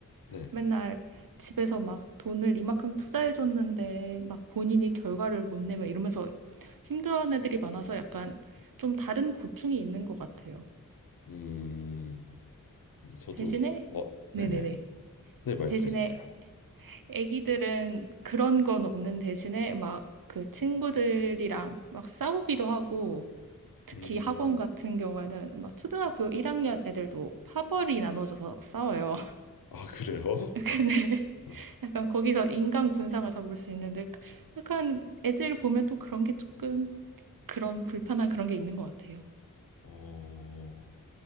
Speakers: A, on the left (about 90°); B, on the right (about 80°).
A: 네.
B: 맨날 집에서 막 돈을 이만큼 투자해줬는데, 막 본인이 결과를 못 내면 이러면서 힘들어하는 애들이 많아서 약간 좀 다른 고충이 있는 것 같아요.
A: 음, 저도,
B: 대신에,
A: 어, 네네.
B: 네네네.
A: 네, 말씀해
B: 대신에
A: 주세요.
B: 애기들은 그런 건 없는 대신에 막 그 친구들이랑 막 싸우기도 하고, 특히
A: 음,
B: 학원 같은 경우에는 막 초등학교 1학년 애들도 파벌이 나눠져서 싸워요.
A: 아, 그래요? <laughs>
B: <laughs> 근데
A: 네.
B: 약간 거기서 인간 군상을 다 볼 수 있는데 약간 애들 보면 또 그런 게 조금 그런 불편한 그런 게 있는 것 같아요.
A: 어,